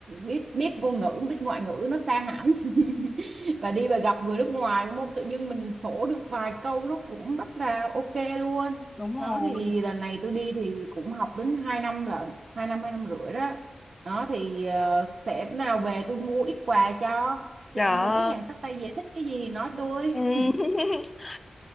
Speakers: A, on the right (about 70°); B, on the left (about 25°).
A: biết biết ngôn ngữ biết ngoại ngữ nó xa hẳn <laughs> và đi và gặp người nước ngoài đúng không tự dưng mình sổ được vài câu nó cũng rất là ok luôn
B: Đúng rồi.
A: đó thì lần này tôi đi thì cũng học đến 2 năm lận hai năm hai năm rưỡi đó đó thì ờ, sẽ nào về tôi mua ít quà cho
B: Dạ.
A: mũi hàng xách tay về thích cái gì thì nói tôi
B: Ừ. <laughs>